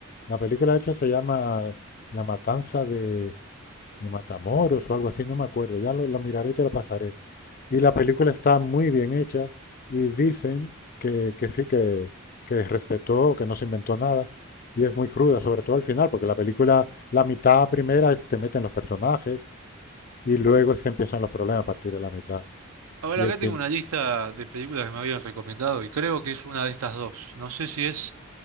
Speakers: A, on the left; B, on the right.
A: La película, de hecho, se llama La Matanza de, de Matamoros o algo así, no me acuerdo, ya lo, lo miraré y te lo pasaré. Y la película está muy bien hecha y dicen que, que sí, que, que respetó, que no se inventó nada y es muy cruda, sobre todo al final, porque la película, la mitad primera es te meten los personajes y luego es que empiezan los problemas a partir de la mitad.
B: Ahora
A: Y el,
B: acá
A: cin-
B: tengo una lista de películas que me habían recomendado y creo que es una de estas dos. No sé si es